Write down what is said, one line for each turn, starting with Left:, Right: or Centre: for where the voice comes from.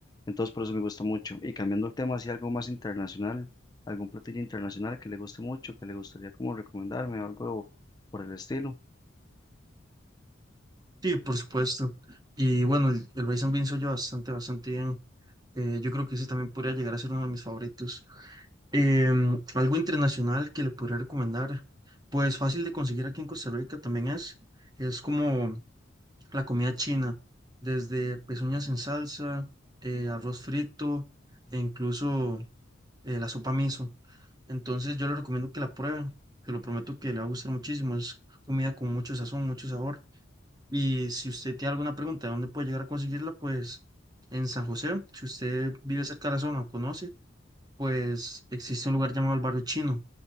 Left: Entonces por eso me gusta mucho. Y cambiando el tema, así algo más internacional, algún platillo internacional que le guste mucho, que le gustaría como recomendarme, algo por el estilo.
Right: Sí, por supuesto. Y bueno, el, el rice and beans soy yo bastante, bastante bien. Eh, yo creo que ese también podría llegar a ser uno de mis favoritos. Em, algo internacional que le podría recomendar, pues fácil de conseguir aquí en Costa Rica también es, es como la comida china, desde pezuñas en salsa, eh, arroz frito e incluso eh, la sopa miso. Entonces yo le recomiendo que la prueben, te lo prometo que le va a gustar muchísimo, es comida con mucho sazón, mucho sabor. Y si usted tiene alguna pregunta de dónde puede llegar a conseguirla, pues en San José, si usted vive cerca de la zona o conoce, pues existe un lugar llamado el Barrio Chino